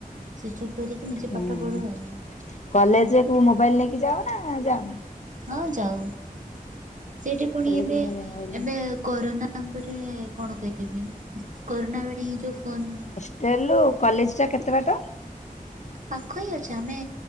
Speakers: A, on the right; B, on the left.
A: ସେଟପ କରିକି ନିଜେ
B: ହୁଁ।
A: ପାଠ ପଢୁ ଆଉ।
B: କଲେଜ କୁ ମୋବାଇଲ ନେଇକି ଯାଉ ନା ଯାଉନି।
A: ହଁ ଯାଉ ସେଠି ପୁଣି
B: କଲେଜ
A: ଏବେ
B: ନେଇ ମୋବାଇଲ
A: ଏବେ କରୋନା। ତାପରେ କଣ କହିବିବି କରୋନା ବେଳେ ହିଁ ଯୋଉ ଫୋନ।
B: ହେଲୁ କଲେଜ ଟା କେତେ ବାଟ।
A: ପାଖ ହିଁ ଅଛି ଆମେ